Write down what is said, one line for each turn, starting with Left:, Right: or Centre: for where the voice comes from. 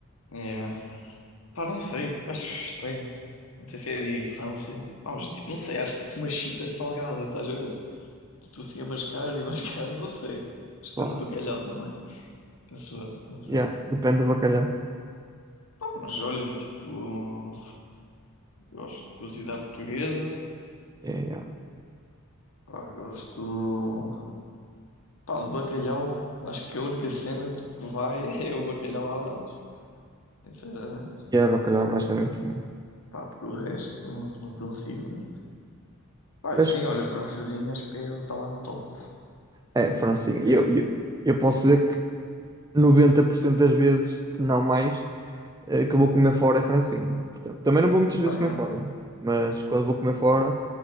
Left: Yeah. Pá, não sei, acho estranho. Não sei se é de infância. Pá, mas tipo, não sei, acho tipo uma chiclete salgada, estás a ver? Tipo assim a mascar e <laughs> mascar, não sei. Depende
Right: Pá,
Left: do bacalhau também. Penso eu, não sei.
Right: Yeah, depende do bacalhau.
Left: Pá, mas olha, tipo, gosto de cozida portuguesa.
Right: Yeah, yeah.
Left: Pá, gosto. Pá, de bacalhau. Acho que a única cena tipo, que vai <laughs> é o bacalhau à Brás, sinceramente.
Right: Yeah, bacalhau Brás também é muito bom.
Left: Pá, porque o resto não consigo. né? Pá,
Right: Eu acho
Left: sim,
Right: que
Left: olha, o francesinho acho que está lá no top
Right: é, Francinha.
Left: mesmo.
Right: Eu, eu, eu posso dizer que 90% das vezes, se não mais. eh, que eu vou comer fora é francesinha. Portanto, também não vou muitas vezes
Left: Pá, é.
Right: comer fora, mas quando vou comer fora,